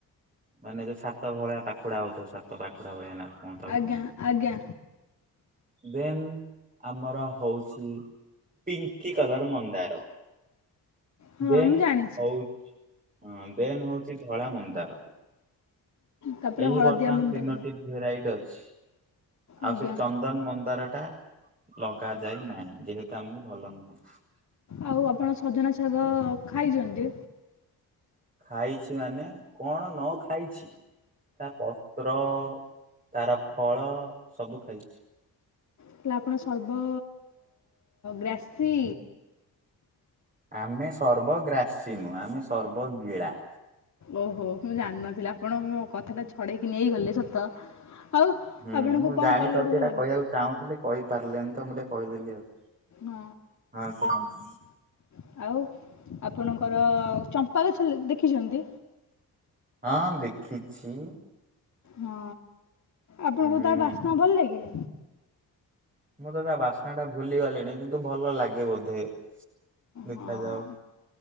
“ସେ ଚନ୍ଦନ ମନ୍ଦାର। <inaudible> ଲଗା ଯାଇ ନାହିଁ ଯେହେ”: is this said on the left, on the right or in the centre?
Right